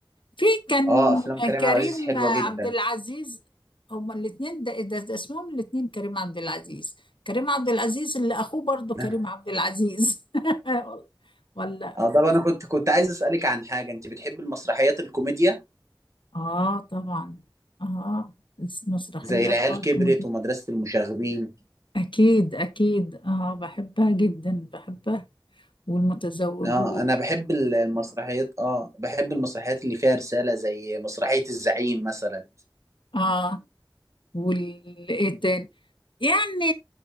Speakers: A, on the left; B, on the right.
A: في كان
B: اه افلام كريم
A: كريم
B: عبد العزيز حلوه
A: عبد
B: جدا
A: العزيز هما الاثنين ده, ده, ده اسمهم الاثنين كريم عبد العزيز كريم عبد العزيز اللي اخوه برضه
B: <laughs>
A: كريم عبد العزيز <laughs> ولا
B: اه طب انا كنت كنت عايز اسالك عن حاجه انت بتحب المسرحيات الكوميديا
A: اه طبعا اه مسرحية
B: زي العيال كبرت
A: كوميدي
B: ومدرسه المشاغبين
A: اكيد اكيد اه بحبها جدا بحبها والمتزوجون
B: اه انا بحب ال- المسرحيات اه بحب المسرحيات اللي فيها رساله زي مسرحيه الزعيم مثلا
A: اه والايه تاني يعني